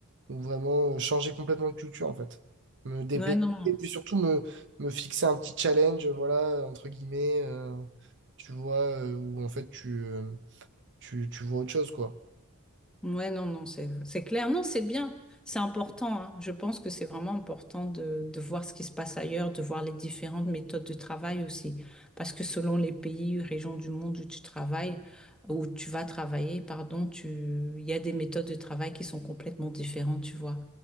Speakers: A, on the right (about 55°); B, in the centre.
A: ou vraiment euh, changer complètement de culture, en fait. Me dépayser,
B: Ouais, non.
A: et puis surtout me, me fixer un petit challenge, voilà, entre guillemets, euh, tu vois, euh, où en fait, tu, euh, tu, tu vois autre chose, quoi.
B: Ouais, non, non, c'est, c'est clair. Non, c'est bien. C'est important, hein. Je pense que c'est vraiment important de, de voir ce qui se passe ailleurs, de voir les différentes méthodes de travail aussi. Parce que selon les pays, régions du monde où tu travailles, où tu vas travailler, pardon, tu, il y a des méthodes de travail qui sont complètement différentes, tu vois.